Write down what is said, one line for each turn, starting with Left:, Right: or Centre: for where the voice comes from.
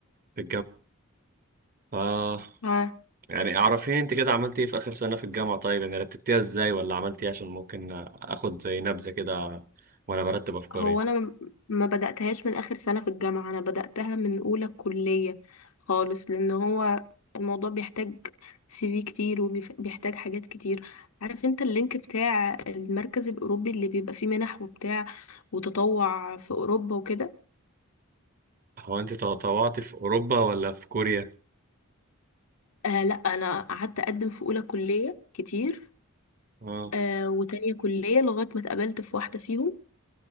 Right: في الجامعة
Left: امم
Right: يعني اعرفيني انت كده عملتي ايه في اخر سنة في الجامعة طيب يعني رتبتيها ازاي ولا عملتي ايه عشان ممكن اخد زي نبذة كده وانا برتب افكاري
Left: هو انا م- ما بدأتهاش من اخر سنة في الجامعة انا بدأتها من اولى كلية خالص لان هو الموضوع بيحتاج سي في كتير وبيحتاج حاجات كتير عارف انت اللينك بتاع المركز الاوروبي اللي بيبقى فيه منح وبتاع وتطوع في اوروبا وكده
Right: هو انت تطوعتي في اوروبا ولا في كوريا
Left: آه لا انا قعدت اقدم في اولى كلية كتير
Right: اه
Left: آه وتانية كلية لغاية ما اتقبلت في واحدة فيهم